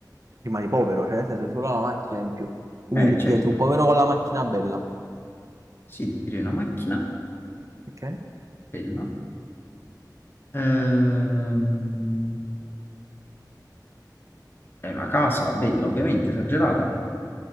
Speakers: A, on the right; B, on the left.
A: rimani povero, cioè nel senso è solo la macchina in più. Quindi
B: Eh, certo,
A: diventi un povero con la macchina bella.
B: sì, direi una macchina
A: Ok,
B: bella. Ehm, è una casa bella, ovviamente, esagerata.